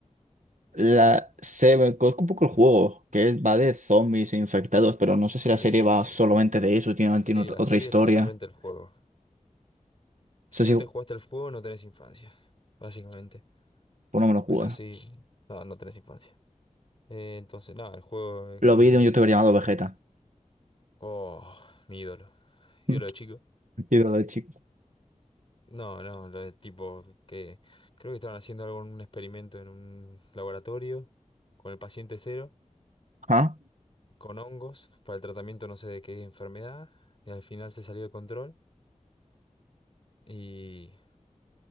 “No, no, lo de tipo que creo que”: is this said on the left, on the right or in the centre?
Left